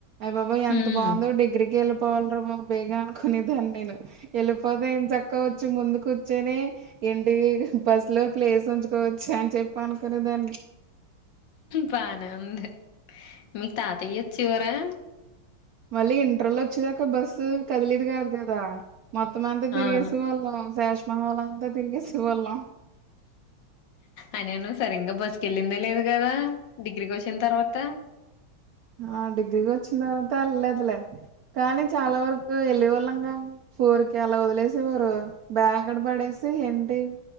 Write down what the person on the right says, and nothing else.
అయ్ బాబోయ్
ఎంత బాగుందో డిగ్రీ ఇంటికి వెళ్ళిపోవాల్రా బాబు బేగా అనుకునేదాన్ని నేను వెళ్ళిపోతే ఎంచక్క క వచ్చు ముందుకు కుచ్చొని ఇంటి బస్సు లో ప్లేస్ ఉంచుకోవచ్చు అని చెప్ప అనుకునేదా కన్
మళ్ళీ ఇంటర్లోచ్చేదాకా బస్సు కదిలేదు కాదు కదా మొత్తమంతా తిరిగేసే
వోళ్ళుం శేష్మహోల్ అంతా తిరిగేసి వొళ్ళం
ఆ డిగ్రీకి వచ్చిన తర్వాత ఎళ్లేదులే కానీ చాలా వరకు ఎళ్ళీ వోళ్ళంగా ఫోర్కి అలా వదిలేసి ఊరు బ్యాగకడ పడేసి ఏంటి